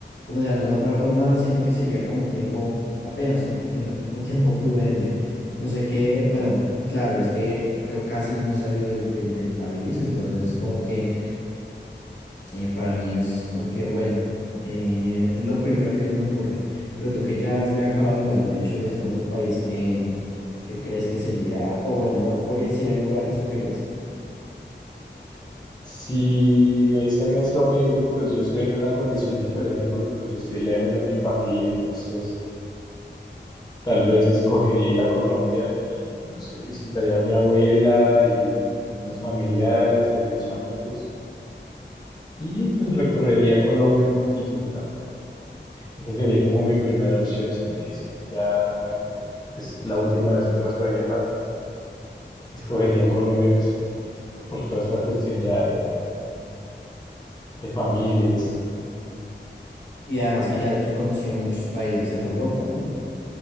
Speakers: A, on the left; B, on the left.
A: bueno, de alguna otra forma siento que sería como un tiempo, apenas un tiempo, tiempo prudente. No sé qué, bueno, claro, es que yo casi no he salido del, del, del país, entonces como que eh, para mí es como que, bueno, eh, es lo primero que se me ocurre. Pero tú que ya has viajado y bueno, de hecho vives en otro país, ¿qué, qué crees que sería, o bueno, cuál fuere- sería el lugar que escogerías?
B: Si me dicen eso mismo, pues yo estoy en una condición diferente porque pues yo estoy lejos de mi familia, entonces tal vez escogería ir a Colombia y, no sé, visitaría a mi abuela y algunos familiares, algunos amigos. Y pues recorrería Colombia un poquito también. Esa sería como mi primera opción si me dicen ya ma- es la última vez que vas a viajar. Escogería Colombia pues por toda esta cuestión ya de, de familia y
A: Y
B: esto,
A: que-
B: ¿no?
A: y además que ya has conocido muchos países en Europa, ¿no?